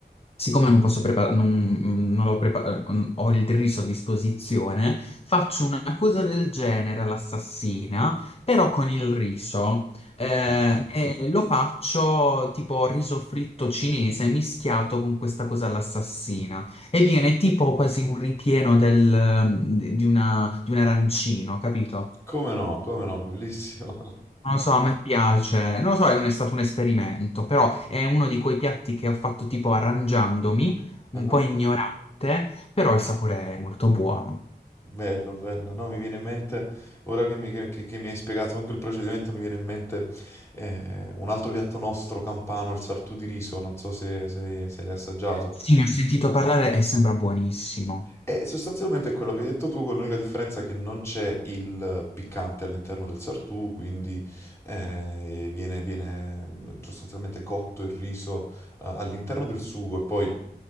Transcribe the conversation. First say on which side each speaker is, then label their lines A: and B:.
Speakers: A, on the left; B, on the left.
A: Siccome non posso preparare, non, mm, non l'ho prepar- ho il riso a disposizione, faccio una cosa del genere all'assassina, però con il riso.
B: Ok.
A: Eh, e lo faccio tipo riso fritto cinese mischiato con questa cosa all'assassina. E viene tipo quasi un ripieno del- di una- di un arancino, capito?
B: Come no, come no, bellissimo.
A: Non lo so, a me piace, non lo so, non è stato un esperimento, però è uno di quei piatti che ho fatto tipo arrangiandomi,
B: <laughs>
A: un po' ignorante, però il sapore è molto buono.
B: Bello, bello. No, mi viene in mente, ora che mi, che- che- che mi hai spiegato anche il procedimento, mi viene in mente eh, un altro piatto nostro campano, il sartù di riso, non so se, se, se l'hai assaggiato.
A: Sì, ne ho sentito parlare e sembra buonissimo.
B: E sostanzialmente è quello che hai detto tu, con l'unica differenza che non c'è il piccante all'interno del sartù, quindi eh, viene, viene sostanzialmente cotto il riso eh, all'interno del sugo e poi...